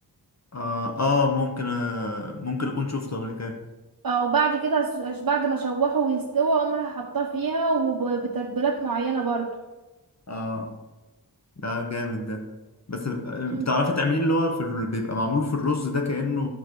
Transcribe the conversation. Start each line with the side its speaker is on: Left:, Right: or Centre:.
Left: آه, آه ممكن آه ممكن أكون شفته قبل كده
Right: اه وبعد كده أس- أش- بعد ما اشوحه ويستوي اقوم رايحة حاطاه فيها وبتتبيلات معينه برضو
Left: آه ده جامد ده بس آه،
Right: مم.
Left: بتعرفي تعمليه اللي هو في ال... بيبقى معمول في الرز ده كأنه